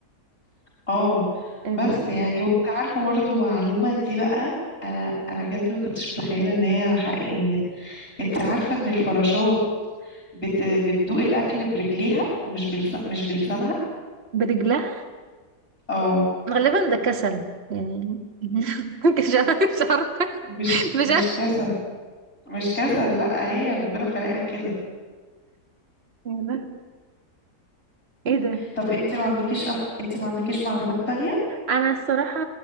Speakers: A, on the left; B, on the right.
A: اه
B: ايه
A: بس
B: ده
A: يعني وانت عارفة برضه معلومة دي بقى انا انا بجد ما كنتش متخيلة ان هي حقيقية انت عارفة ان الفراشات بت... بتدوق الاكل برجليها ومش بلس... مش بلسانها
B: برجلها
A: اه
B: غالبا ده كسل يعني <laughs> مش عارفة مش عارفة
A: مش
B: مش
A: مش
B: عارفة
A: كاسة مش كسل لا هي ربنا خلقها كده
B: يا لهوي. ايه ده
A: طب انت ما عندكيش أم... انت ما عندكيش معلومات تانية
B: انا الصراحة